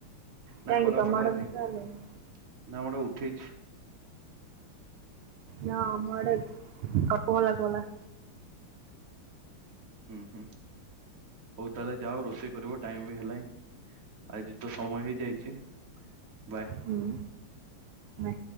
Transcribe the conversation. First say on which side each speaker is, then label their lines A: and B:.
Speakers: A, on the right (about 75°); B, on the right (about 45°).
A: କାହିଁକି
B: ନା ଖରା
A: ତମ
B: ପାଗ
A: ଆଡେ
B: ଆଜି
A: ବର୍ଷା
B: ନା
A: ହେଲାଣି
B: ଆମର ଉଠେଇଛି।
A: ନା ଆମ ଆଡେ କୋହଲା କୋହଲା।
B: ହୁଁ ହୁଁ ହଉ ତାହେଲେ ଯାଅ ରୋଷେଇ କରିବ ଟାଇମ ବି ହେଲାଣିି। ଆଜି ତ ସମୟ ହେଇଯାଇଛି ବାଏ।
A: ହ ବାଏ।